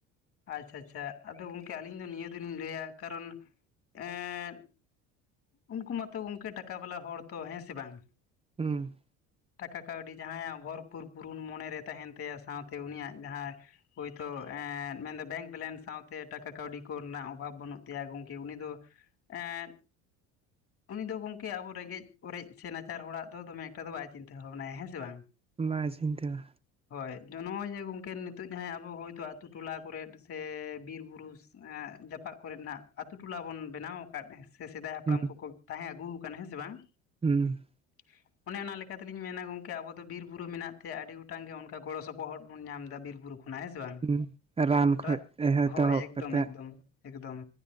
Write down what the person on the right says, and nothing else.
ᱦᱩᱸ
ᱵᱟᱭ ᱪᱤᱱᱛᱟᱹᱣᱟ᱾
ᱦᱩᱸ
ᱦᱩᱸ
ᱦᱩᱸ ᱨᱟᱱ ᱠᱷᱚᱡ
ᱮᱛᱚᱦᱚᱵ
ᱠᱟᱛᱮᱫ